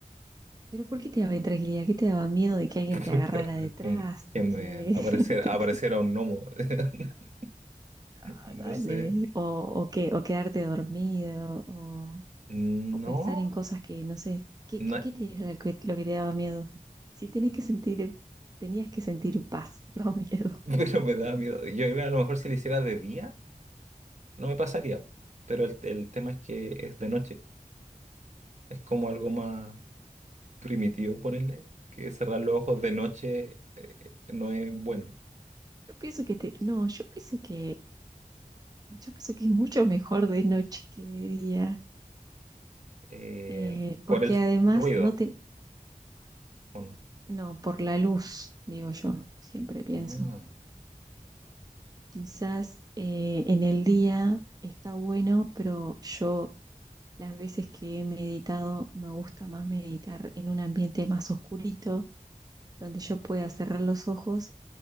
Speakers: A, on the right; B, on the right.
A: Pero ¿por qué te daba intranquilidad? ¿Qué te daba miedo de que alguien
B: <laughs>
A: te agarrara detrás?
B: Que, que
A: ¿De
B: me
A: que
B: apareciera,
A: <laughs> te-
B: apareciera
A: te-
B: un gnomo. <laughs>
A: ah,
B: No
A: dale?
B: sé.
A: O, o qué, o quedarte dormido, o,
B: No,
A: o pensar en cosas que, no sé, ¿qué,
B: no,
A: qué te era lo que, lo que te daba miedo? Si tenés que sentir, tenías que sentir paz, <laughs> no miedo.
B: <laughs> pero me daba miedo. Yo creo que a lo mejor si lo hiciera de día. no me pasaría. Pero el, el tema es que es de noche. Es como algo más primitivo ponerle, que cerrar los ojos de noche eh, no es bueno.
A: Yo pienso que te, no, yo pienso que, yo pienso que es mucho mejor de noche que de día,
B: Eh,
A: eh,
B: por
A: porque
B: el s-
A: además
B: ruido,
A: no te,
B: ¿o no?
A: no, por la luz, digo yo, siempre pienso.
B: Ah,
A: Quizás eh, en el día está bueno, pero yo las veces que he meditado me gusta más meditar en un ambiente más oscurito, donde yo pueda cerrar los ojos